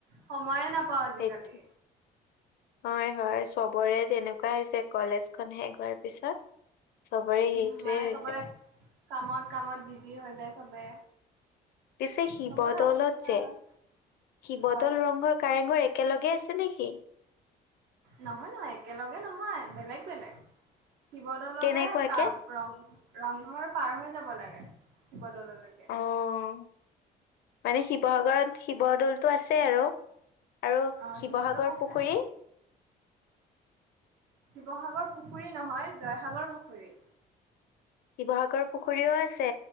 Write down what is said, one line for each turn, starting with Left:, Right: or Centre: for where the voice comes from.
Right: সময়ে নাপাওঁ আজিকালি।
Left: সেইটো হয় - হয়, চবৰে তেনেকুৱাই যে কলেজখন শেষ হোৱাৰ পিছত। চবৰে সেইটোৱে
Right: উম, মানে
Left: হৈছে।
Right: চবৰে কামত - কামত বিজি হৈ যায় চবে।
Left: পিছে শিৱদলত
Right: চবৰে অসুবিধা
Left: যে,
Right: হয়।
Left: শিৱদৌল,
Right: হয়,
Left: ৰংঘৰ, কাৰেংঘৰ এক একেলগে আছে নেকি?
Right: নহয় - নহয়, একেলগে নহয়। বেলেগ - বেলেগ। শিৱদললে
Left: কেনেকুৱাকে?
Right: কা ৰংঘ- ৰংঘৰ পাৰ হৈ যাব লাগে, শিৱদললৈকে।
Left: অ', মানে শিৱসাগৰত শিৱদ'লটো আছে আৰু। আৰু
Right: অ
Left: শিৱসাগৰ
Right: শিৱদৌল আছে
Left: পুখুৰী?
Right: শিৱসাগৰ পুখুৰী নহয়, জয়সাগৰ পুখুৰী।
Left: শিৱসাগৰ পুখুৰীও আছে,